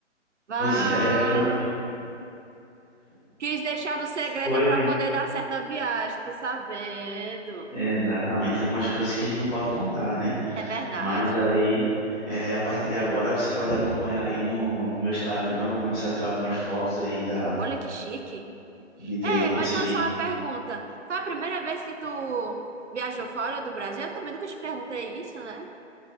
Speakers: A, on the right (about 70°); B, in the centre.
A: Vale!
B: Pois é, foi,
A: Quis deixar no segredo
B: foi,
A: para
B: porque-
A: poder dar certa viagem, tô sabendo.
B: exatamente. Tem algumas coisas que a gente não pode contar, né?
A: É verdade.
B: Mas aí, é, a partir de agora, você pode acompanhar aí no, no meu Instagram. Vou começar a tirar algumas fotos aí da,
A: Olha que chique.
B: de ter
A: É,
B: conseguido.
A: mas olha só uma pergunta. Foi a primeira vez que tu viajou fora do Brasil? Eu também nunca te perguntei isso, né?